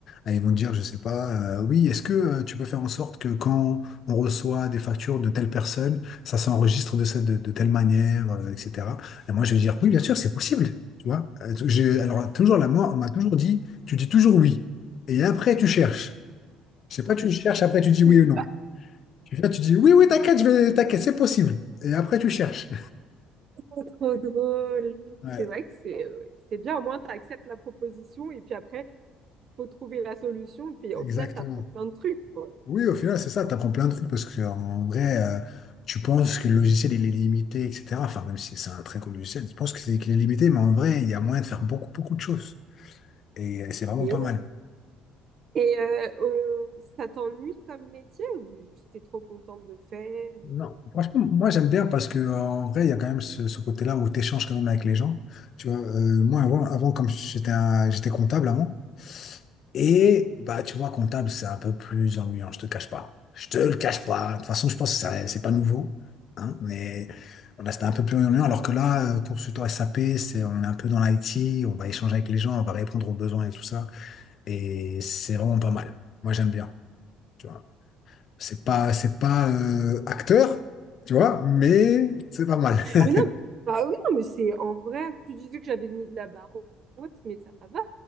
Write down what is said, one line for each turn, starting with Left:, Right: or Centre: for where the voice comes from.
Left: Et ils vont te dire, je sais pas, euh, oui, est-ce que euh, tu peux faire en sorte que quand on reçoit des factures de telle personne, ça s'enregistre de, cette- de, de telle manière, euh, etc. Et moi, je vais dire, oui, bien sûr, c'est possible. Tu vois? Euh, tu- j'ai- alors, toujours là, moi, on m'a toujours dit, tu dis toujours oui. Et après, tu cherches. Je sais pas, tu cherches, après, tu dis oui
Right: C'est
Left: ou non. Tu viens, tu dis, oui, oui, t'inquiète, je vais, t'inquiète, c'est possible. Et après, tu cherches.
Right: pas Trop drôle.
Left: <laughs> Ouais,
Right: C'est vrai que c'est euh, c'est bien, au moins tu acceptes la proposition et puis après, faut trouver la solution, puis
Left: exactement.
Right: au final, t'apprends plein de trucs, quoi.
Left: Oui, au final, c'est ça, tu apprends plein de trucs parce que en vrai, euh, tu penses que le logiciel il est limité, etc. Enfin, même si c'est un très gros logiciel, tu penses que c'est qu'il est limité, mais en vrai, il y a moyen de faire beaucoup, beaucoup de choses. Et, euh, c'est vraiment
Right: Et,
Left: pas mal.
Right: et euh, euh, ça t'ennuie comme métier ou j'étais trop contente de le faire?
Left: Non, franchement, moi j'aime bien parce que euh, en vrai, il y a quand même ce, ce côté-là où tu échanges quand même avec les gens. Tu vois, euh, moi avant, avant comme j'étais un- j'étais comptable avant, Et bah, tu vois, comptable, c'est un peu plus ennuyant, je te cache pas. Je te le cache pas. De toute façon, je pense que ça- c'est pas nouveau. Hein, mais voilà, c'était un peu plus ennuyant. Alors que là, euh, consultant SAP, c'est, on est un peu dans l'IT, on va échanger avec les gens, on va répondre aux besoins et tout ça. Et c'est vraiment pas mal. Moi, j'aime bien. Tu vois. C'est pas, c'est pas euh, acteur, tu vois, mais c'est pas mal. <laughs>
Right: Mais non, bah oui, non, mais c'est en vrai, tu disais que j'avais mis de la barre haute, mais ça va,